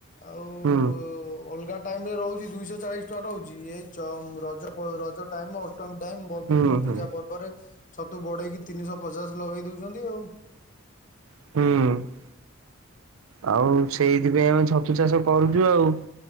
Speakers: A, on the left; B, on the right.
A: ଆଉ।
B: ହୁ
A: ଅଲଗା ଟାଇମରେ ରହୁଛି ଦୁଇଶହ ଚାଳିଶ ଟଙ୍କା ରହୁଛି ଏଇ ରଜ ରଜ ଟାଇମ।। ଟାଇମ
B: ହୁଁ
A: ବିଭିନ୍ନ
B: ହୁଁ
A: ପୂଜା ପର୍ବରେ ଛତୁ ବଢେଇକି ତିନିଶହ ପଚାଶ ଲଗେଇ ଦଉଛନ୍ତି ଆଉ।
B: ହୁଁ। ଆଉ ସେଇଥିପାଇଁ ଆମେ ଛତୁ ଚାଷ କରୁଛୁ ଆଉ।